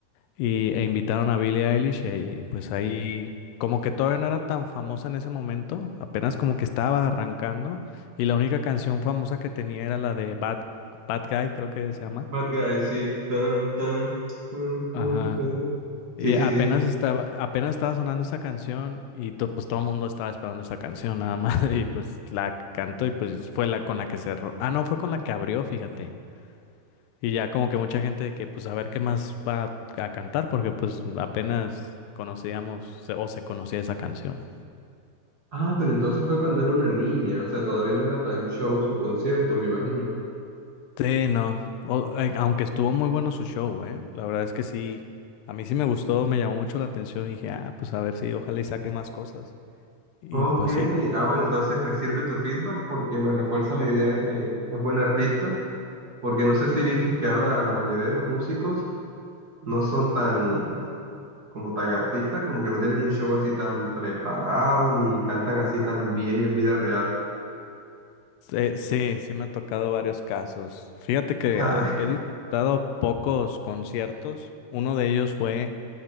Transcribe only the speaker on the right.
Bad Guy, sí. Tan, tan, tan, tan,
tan. Sí,
sí,
sí.
Ah, pero entonces fue cuando era una niña, o sea, todavía no era tan show su concierto, me imagino.
Ok,
ah, bueno, entonces me sirve tu feedback porque me refuerza la idea de que es buen artista. Porque no sé si viste que ahora la mayoría de los músicos no son tan, como tan artistas, como que no tienen un show así tan preparado, ni cantan así tan bien en vida real.
<laughs> A
ver,